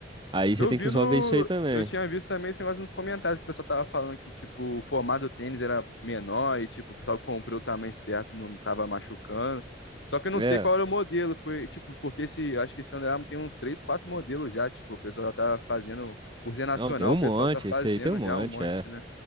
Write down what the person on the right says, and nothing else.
Aí
você tem
que
só ver isso aí também.
É,
não, tem um
monte,
esse aí tem um monte,
é.